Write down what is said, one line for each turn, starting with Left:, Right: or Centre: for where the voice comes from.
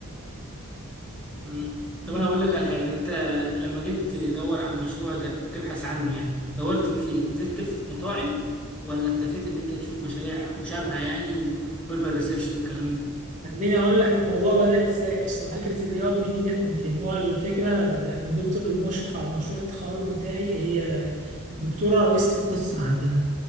Centre: مم. طب
Right: انت-
Centre: انا هقول لك على حاجه انت لما جيت تدور على المشروع ده تبحث عنه يعني دورت فيه فين نزلت في مطاعم ولا اكتفيت ان انت تشوف مشاريع مشابهه يعني وبيبر ريسيرش والكلام ده
Right: خليني اقول لك الموضوع بدأ ازاي اصلا فكرة الاي ار بي دي جت من فين هو الفكرة آه، الدكتور المشرف على مشروع التخرج بتاعي هي دكتورة رئيسة القسم عندنا